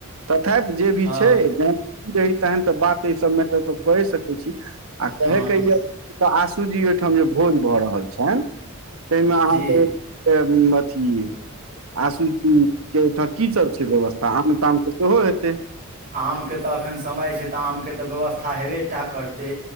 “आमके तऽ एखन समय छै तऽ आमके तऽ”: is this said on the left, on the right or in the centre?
Right